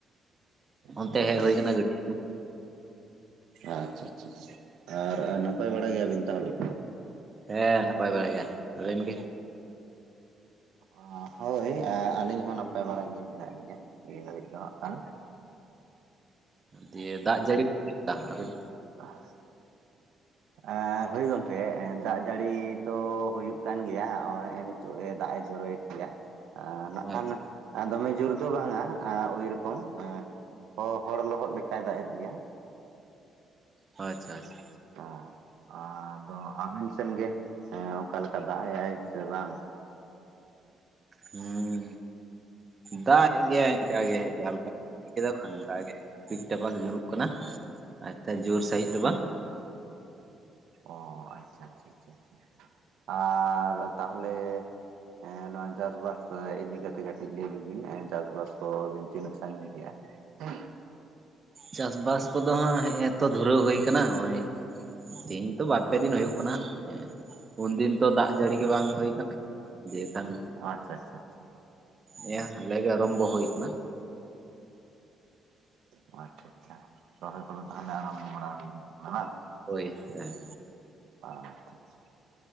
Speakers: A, on the right; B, on the right.
A: ᱟᱪᱪᱷᱟ
B: ᱚᱱᱛᱮ ᱦᱮᱜ ᱦᱳᱭ ᱠᱟᱱᱟ ᱜᱟᱹᱰᱭᱟ ᱠᱚ᱾
A: ᱟᱪᱪᱷᱟ ᱟᱪᱷᱟ ᱟᱨ ᱱᱟᱯᱟᱭ ᱵᱟᱲᱟ ᱜᱮᱭᱟᱵᱤᱱ ᱛᱟᱦᱞᱮ᱾
B: ᱦᱮᱸ ᱱᱟᱯᱟᱭ ᱵᱟᱲᱟ ᱜᱮᱭᱟ ᱟᱵᱮᱱ ᱜᱮ᱾
A: ᱚ ᱟ ᱦᱳᱭ ᱟ ᱟᱹᱞᱤᱧ ᱦᱚᱸ ᱱᱟᱯᱟᱭ ᱵᱟᱲᱟ ᱜᱮ ᱢᱮᱱᱟᱜ ᱞᱤᱧᱟᱹ ᱱᱤᱭᱟᱹ ᱜᱷᱟᱹᱲᱤᱡ ᱫᱚᱦᱟᱜ ᱠᱷᱟᱱ᱾
B: ᱫᱤᱭᱟᱹ ᱫᱟᱜ ᱡᱟᱹᱲᱤ ᱠᱚ ᱪᱮᱫ ᱞᱮᱠᱟ ᱟᱹᱵᱤᱱ?
A: ᱟᱦ ᱟ ᱦᱳᱭ ᱜᱚᱝᱠᱮ ᱫᱟᱜ ᱡᱟᱹᱲᱤ ᱫᱚ ᱦᱩᱭᱩᱜ ᱠᱟᱱ ᱜᱮᱭᱟᱜ ᱦᱚᱜ-ᱚᱭ ᱱᱤᱛ ᱛᱚᱜ ᱜᱮ ᱫᱟᱜ ᱮ ᱡᱚᱨᱚᱭᱮᱫ ᱜᱮᱭᱟ ᱮ ᱱᱟᱜ ᱠᱷᱟᱱ
B: ᱟᱪᱪᱷᱟ
A: ᱟᱨ ᱫᱚᱢᱮ ᱡᱳᱨ ᱫᱚ ᱵᱟᱝᱟ ᱟ ᱩᱭ ᱨᱚᱠᱚᱢ ᱮᱸ ᱦᱚ ᱦᱚᱲ ᱞᱚᱦᱚᱫ ᱞᱮᱠᱟᱭ ᱫᱟᱜ ᱮᱫ ᱜᱮᱭᱟ᱾
B: ᱟᱪᱪᱷᱟ ᱟᱪᱪᱷᱟ
A: ᱚ ᱟᱫᱚ ᱟᱵᱤᱱ ᱥᱮᱱ ᱜᱮ ᱮᱸ ᱚᱠᱟᱞᱮᱠᱟ ᱫᱟᱜ ᱮᱟᱭ ᱥᱮ ᱵᱟᱝ?
B: ᱦᱩᱸ ᱫᱟᱜᱮᱫ ᱜᱮ ᱟᱭ ᱤᱱᱠᱟ ᱜᱮ ᱡᱟᱦᱟᱸ ᱞᱮᱠᱟ <unintelligible> ᱤᱝᱠᱟᱹ ᱜᱮ᱾ ᱴᱤᱠ ᱴᱟᱯᱟᱠ ᱧᱩᱨᱩᱜ ᱠᱟᱱᱟ ᱟᱪᱪᱷᱟ ᱡᱳᱨ ᱥᱟᱺᱦᱤᱡ ᱫᱚ ᱵᱟᱝ᱾
A: ᱚ ᱟᱪᱪᱷᱟ ᱟᱪᱪᱷᱟ ᱟᱪᱷᱟ ᱟᱨ ᱛᱟᱦᱞᱮ ᱮᱸ ᱱᱚᱣᱟ ᱪᱟᱥᱵᱟᱥ ᱠᱚ ᱤᱫᱤ ᱠᱟᱛᱮ ᱠᱟᱹᱴᱤᱡ ᱞᱟᱹᱭ ᱞᱤᱵᱤᱱ ᱪᱟᱥ ᱵᱟᱥ ᱠᱚ ᱵᱤᱱ ᱛᱤᱱᱟᱹᱜ ᱥᱟᱺᱤᱧᱟ ᱠᱮᱜ-ᱟ᱾ ᱦᱮᱸ
B: ᱪᱟᱥ ᱵᱟᱥ ᱠᱚᱫᱚ ᱦᱟᱸᱜ ᱦᱮᱸ ᱮᱛᱚ ᱫᱷᱩᱨᱟᱹᱣ ᱦᱩᱭ ᱠᱟᱱᱟ ᱦᱚᱜ-ᱚᱭ᱾ ᱛᱮᱦᱮᱧ ᱛᱚ ᱵᱟᱨᱯᱮ ᱫᱤᱱ ᱦᱩᱭᱩᱜ ᱠᱟᱱᱟ ᱦᱮᱸ᱾ ᱩᱱᱫᱤᱱ ᱛᱚ ᱫᱟᱜ ᱡᱟᱹᱲᱤ ᱜᱮ ᱵᱟᱝ ᱦᱩᱭ ᱠᱟᱱᱟ ᱫᱤᱭᱟᱹ ᱠᱷᱟᱱ
A: ᱟᱪᱪᱷᱟ ᱟᱪᱪᱷᱟ ᱟᱪᱪᱷᱟ
B: ᱮᱭᱟ ᱦᱟᱞᱮ ᱜᱮ ᱟᱨᱚᱢᱵᱚ ᱦᱩᱭ ᱠᱟᱱᱟ᱾
A: ᱚ ᱟᱪᱪᱷᱟ ᱟᱪᱪᱷᱟ ᱨᱚᱦᱚᱭ ᱠᱚᱫᱚ ᱛᱟᱦᱞᱮ ᱟᱨᱟᱢᱵᱚ ᱵᱟᱲᱟ ᱦᱩᱭ ᱠᱟᱱᱟ ᱵᱟᱝ᱾
B: ᱦᱳᱭ ᱥᱮ
A: ᱟ ᱪᱷᱟ ᱪᱷᱟ